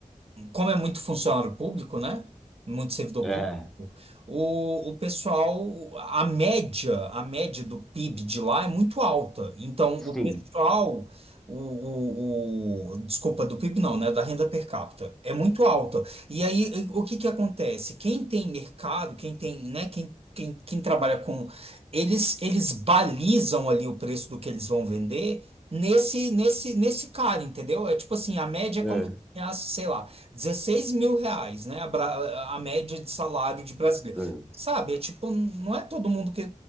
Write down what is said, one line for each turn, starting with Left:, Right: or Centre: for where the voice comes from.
Right: como é muito funcionário público, né? Muito servidor
Centre: É,
Right: público, o, o pessoal, a média, a média do PIB de lá é muito alta. Então, o
Centre: sim.
Right: pessoal, o, o, o- desculpa, do PIB não, né? Da renda per capita é muito alta. E aí, o que que acontece? Quem tem mercado, quem tem, né? Quem, quem, quem trabalha com, eles, eles balizam ali o preço do que eles vão vender. Nesse, nesse, nesse cara, entendeu? É tipo assim, a média é
Centre: É,
Right: como, se sei lá, 16 mil reais, né? A, bra- a média de salário de brasileiro.
Centre: é.
Right: Sabe, é tipo, não é todo mundo que.